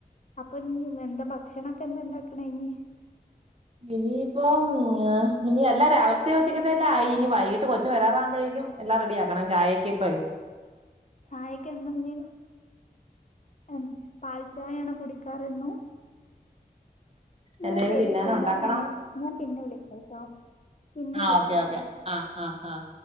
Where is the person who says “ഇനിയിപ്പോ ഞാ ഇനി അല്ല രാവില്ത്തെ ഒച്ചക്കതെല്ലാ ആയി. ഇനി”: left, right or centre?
Right